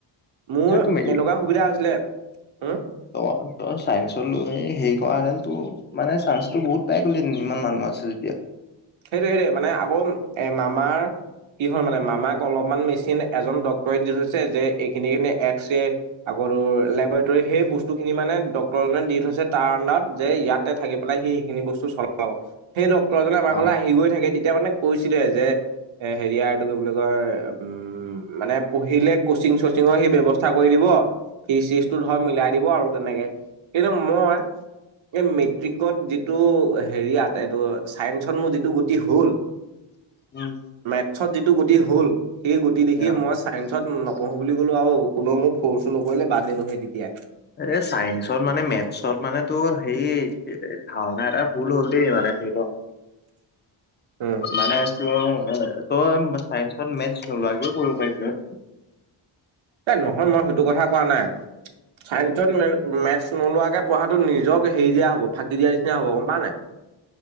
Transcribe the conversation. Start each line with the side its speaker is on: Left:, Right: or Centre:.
Right: মোৰ
Left: আৰু তুমি
Right: তেনেকুৱা সুবিধা হৈছিলে, উম
Left: অহ, অহ চাইন্সত লৈ হেৰি কৰা হেতেন তোৰ মানে চান্সটো বহুত পাই গলি, ইমান মানুহ আছে যেতিয়া
Right: সেইটোৱে সেইটোৱে মানে আকৌ এ মামাৰ কি হ'ল মানে মামাক অলপমান মেচিন এজন ডক্তৰে দি থৈছে, যে এইখিনি খিনি এক্সৰে আকৌ তোৰ লেবৰটেৰী সেই বস্তু খিনি মানে ডক্তৰজনে দি থৈছে, তাৰ আনডাৰত যে ইয়াতে থাকি পেলাই সি সেখিনি বস্তু চলাব, সেই ডক্তৰজনে আমাৰ
Left: অ
Right: ঘৰলে আহি গৈ থাকে। তেতিয়া মানে কৈছিলে যে এ হেৰিয়াৰটো কি বুলি কয়, উম উম, মানে পঢ়িলে কচিং চচিঙৰ সি ব্যৱস্থা কৰি দিব। ফিজ চিজটো ধৰ মিলাই দিব আৰু তেনেকে কিন্তু মই, এই মেট্ৰিকত যিটো হেৰিয়াত এইটো চাইন্স তাত মোৰ যিটো গতি হল
Left: উম
Right: মেথচত যিটো গতি হ'ল, সেই গতি দেখি
Left: অ
Right: মই মেথচত নপঢ়ো বুলি কলো আৰু কোনেও মোক ফৰ্চোও নকৰিলে বাদ দিলো হে তেতিয়াই
Left: এই চাইন্সত মানে মেথছত মানে তোৰ হেৰি, ধাৰণা এটা ভুল হ'ল দেই, আৰু এপ্ৰিলত
Right: উম
Left: মানে তোৰ, তই চাইন্সত মেথ লাগিও কৰিব পাৰিলি হয়।
Right: এই নহয়, মই সেইটো কথা কোৱা নাই। চাইন্সত মে মেথছ নোলোৱাকে পঢ়াটো নিজক হেৰি দিয়া হব, ফাঁকি দিয়া নিচিনা হ'ব, গম পাৱ নাই।